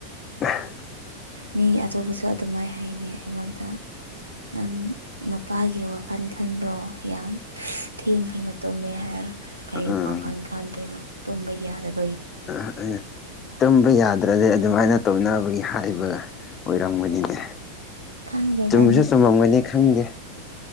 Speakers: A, on the left; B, on the right.
A: ꯑ
B: ꯃꯤ ꯑꯇꯣꯞꯄꯁꯨ ꯑꯗꯨꯃꯥꯏ ꯍꯥꯏꯅꯤ ꯑꯩꯉꯣꯟꯗ ꯅꯪ ꯅꯨꯄꯥꯒꯤ ꯋꯥꯈꯜ ꯈꯟꯕ꯭ꯔꯣ ꯌꯥꯝ ꯊꯦꯡ ꯊꯦꯡꯅ ꯇꯨꯝꯃꯦ ꯍꯥꯏꯔꯒ ꯀꯔꯤ
A: ꯎꯝ
B: ꯋꯥꯈꯜ ꯈꯟꯗꯣꯏꯅꯣ ꯇꯨꯝꯕ ꯌꯥꯗꯕ
A: ꯑ ꯎ ꯇꯨꯝꯕ ꯌꯥꯗ꯭ꯔꯗꯤ ꯑꯗꯨꯃꯥꯏꯅ ꯇꯧꯅꯕꯒꯤ ꯍꯥꯏꯕ ꯑꯣꯏꯔꯝꯒꯅꯤꯅꯦ
B: ꯈꯪꯗꯦꯗ
A: ꯆꯨꯝꯕꯁꯨ ꯆꯨꯝꯃꯝꯒꯅꯤ ꯈꯪꯗꯦ